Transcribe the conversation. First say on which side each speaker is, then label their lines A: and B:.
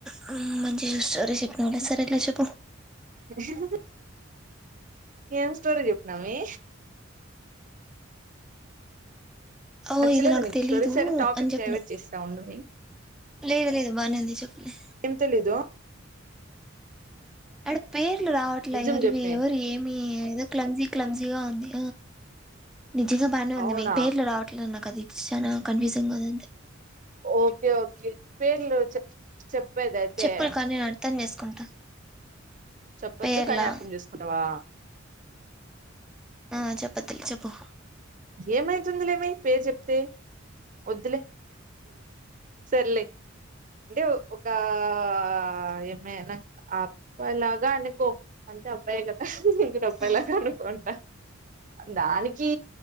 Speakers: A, in the centre; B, on the right.
A: హు మంచిగ స్టోరీ చెప్పినవులే సరేలే చెప్పు
B: ఎ <unintelligible> ఏం స్టోరి చెప్పినవే
A: ఓ
B: నచ్చలేదు
A: ఇది నాకు
B: నీకు
A: తెలీదు.
B: స్టోరీ సరే టాపిక్
A: అని చెప్పిన
B: డైవర్ట్ చేస్తా ఉండవే
A: లేదు లేదు బానే ఉంది. చెప్పలే
B: ఏం తెలీదు
A: అడ పేర్లు రావట్లే
B: నిజం
A: ఎవరివి
B: చెప్పే
A: ఎవరు ఏమి క్లంజీ క్లంజీగా ఉంది నిజంగా బానే ఉంది
B: అవునా
A: మీ పేర్లు రావట్లేదు నా కదిత్ చానా కన్ఫ్యూసింగ్ ఉందంతే
B: ఓకే ఓకే పేర్లు చెప్ చెప్ చేప్పేదయితే
A: చెప్పులు కానీ నేను అర్థం చేసుకుంటా
B: చెప్పొద్దు
A: పేర్లా
B: కానీ అర్థం చేసుకుంటావా
A: ఆ చెప్పదులే చెప్పు
B: ఏమైతుందిలేమి పేరు చెప్తే వద్దులే సర్లే అంటే ఒక ఆ ఎమె నక్ అబ్బాయి లాగా అనుకో అంతే అబ్బాయే కదా అనుకుంట అబ్బాయి
A: ఆ
B: లాగా అనుకో అంట దాని కి